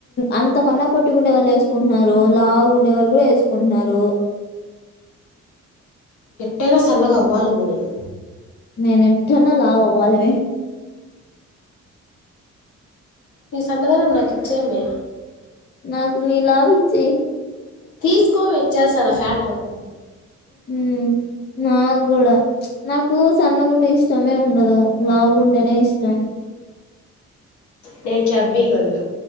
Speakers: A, on the left; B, on the left.
A: అంతకన్నా పొట్టిగుండే వాళ్ళు వేసుకుంటున్నారు లావుగుండే వాళ్ళు కూడా వేసుకుంటున్నారు
B: ఎటైనా సన్నగా అవ్వాలము నేను
A: నేను ఎటైనా లావు అవ్వాలిమే
B: నీ సన్నదానం నాకు ఇచ్చేయమే
A: నాకు నీ లావు ఇచ్చేయ్
B: తీసుకోవే ఇచ్చేస్తాను ఫ్యాట్ మొత్తం
A: ఉ నాకూడా నాకు సన్న గుండె ఇష్టమే ఉండదు లావు గుంటెనే ఇష్టం
B: నేను చబీగల్లు